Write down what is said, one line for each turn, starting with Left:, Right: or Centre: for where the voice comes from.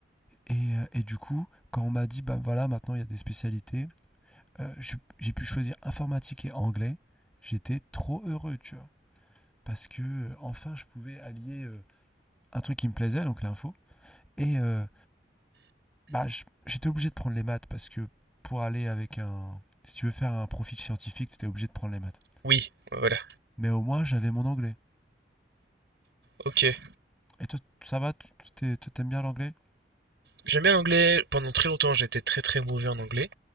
Centre: et heu et du coup, quand on m'a dit: «Bah, voilà, maintenant, il y a des spécialités», heu, je j'ai pu choisir informatique et anglais. J'étais trop heureux, tu vois? Parce que, heu, enfin, je pouvais allier, euh, un truc qui me plaisait, donc l'info. Et euh, bah, j- j'étais obligé de prendre les maths parce que pour aller avec un. Si tu veux faire un profil scientifique, tu étais obligé de prendre les maths.
Right: Oui, voilà.
Centre: Mais au moins, j'avais mon anglais.
Right: Ok.
Centre: Et toi, ça va Tu t'es- toi, t'aimes bien l'anglais
Right: J'aime bien l'anglais. Pendant très longtemps, j'étais très très mauvais en anglais.